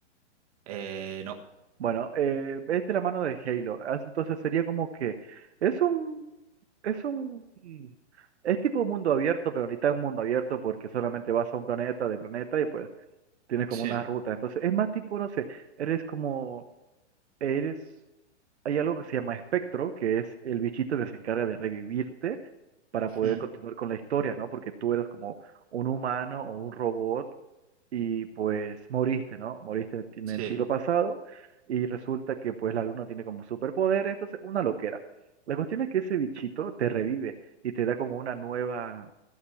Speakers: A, on the right; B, on the right.
A: Eh, no.
B: Bueno, eh, es de la mano de Halo. as- Entonces sería como que es un, es un, mm, es tipo un mundo abierto, pero ahorita un mundo abierto porque solamente vas a un planeta de planeta y pues tienes como
A: Sí.
B: unas rutas. Entonces es más tipo, no sé, eres como eres, hay algo que se llama espectro, que es el bichito que se encarga de revivirte para poder
A: Hmm.
B: continuar con la historia, ¿no? Porque tú eras como un humano o un robot y pues moriste, ¿no? Moriste en
A: Sí.
B: el siglo pasado y resulta que pues la luna tiene como superpoderes, entonces una loquera. La cuestión es que ese bichito te revive y te da como una nueva,